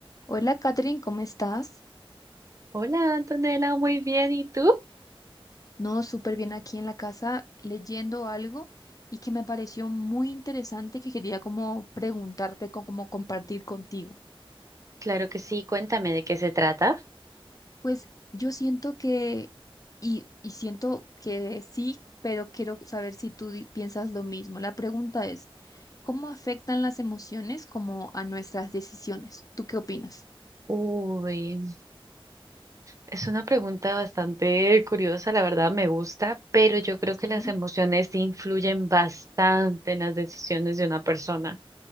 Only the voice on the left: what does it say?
Hola, Catherine, ¿cómo estás?
No, súper bien aquí en la casa leyendo algo y que me pareció muy interesante que quería como preguntarte, co- como compartir contigo.
Pues yo siento que, y, y siento que sí, pero quiero saber si tú di- piensas lo mismo. La pregunta es, ¿cómo afectan las emociones como a nuestras decisiones? ¿Tú qué opinas?
Sí,